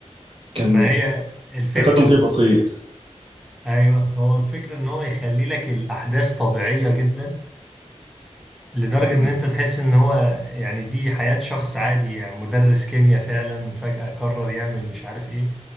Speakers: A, on the right; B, in the centre.
A: كان
B: ما هي الفكرة
A: التقدم فيه بطيء
B: ايوه هو الفكرة ان هو يخلي لك الاحداث طبيعية جدا لدرجة
A: مم.
B: إن أنت تحس إن هو يعني دي حياة شخص عادي يعني مدرس كيمياء فعلا فجأة قرر يعمل مش عارف إيه